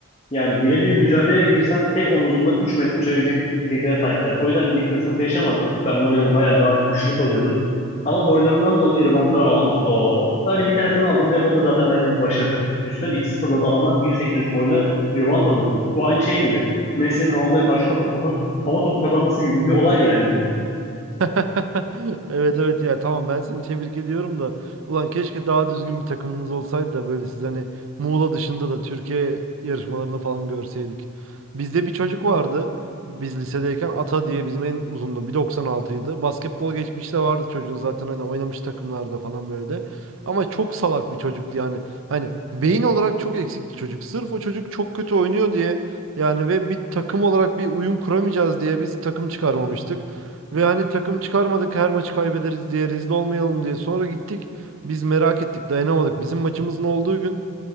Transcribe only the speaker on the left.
Yani birebir mücadeleye girsem tek omuzumda 3 metre uçabilecek fiziklere sahiplerdi. O yüzden fizikte sıkıntı yaşamadım. Ben onlara göre bayağı daha güçlü kalıyordum. Ama boylarından dolayı rivantları alamadık doğal olarak. Sadece bir tanesini aldım ve o da zaten bence bir başarı. Üstten 2.04 adamdan 1.83 boyuna rivant alıyorsun. Bu aynı şey gibi. Messi'nin Ronaldo'ya karşı kafa, kafa, hava topu kazanması gibi bir olay yani bu.